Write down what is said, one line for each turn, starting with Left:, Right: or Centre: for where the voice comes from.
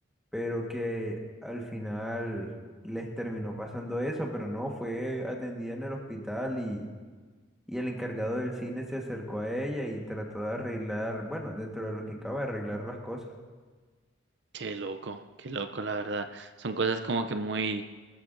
Centre: pero que al final les terminó pasando eso, pero no, fue atendida en el hospital y, y el encargado del cine se acercó a ella y trató de arreglar, bueno, dentro de lo que cabe, arreglar las cosas.
Right: qué loco, qué loco, la verdad. Son cosas como que muy,